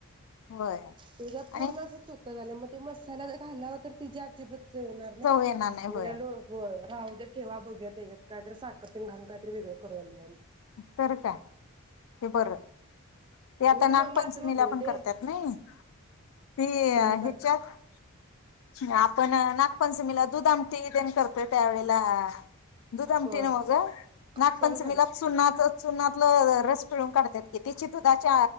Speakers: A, on the left; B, on the right.
A: होय
B: तेझा पूर्ण
A: आणि
B: आसा चोता झालाय म -- ते मसाल्यात घालाव तर तेझी आजीबात <unintelligible>
A: चव येणार नाही होय
B: राहू द्या ठेवा बघूया तेझ्यात काय तर साखर तेन घालून काय तरी वेगळ करूया म्हटलो.
A: तर काय. ते बर ते आता
B: उगच
A: नागपंचमीला
B: म मात्र होतंय
A: पण
B: ओ ते
A: करतात नाही ती
B: हे कर
A: ह्याच्यात -- <unintelligible> आपण नागपंचमीला दुध आमटी तेन कर त्या्यावेळेला दुध अमटी
B: होय
A: नव्ह ग नाग
B: सोलकढी
A: पंचमी ला चुन्नात चुनातलं रस पिळून काढतात की त्याची दुधाच्या